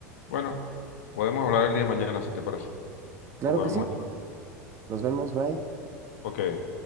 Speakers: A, on the left; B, on the right.
A: bueno, podemos hablar el día de mañana, si te parece.
B: Claro
A: Nos volvemos
B: que sí.
A: a llamar.
B: Nos vemos, bye.
A: Ok.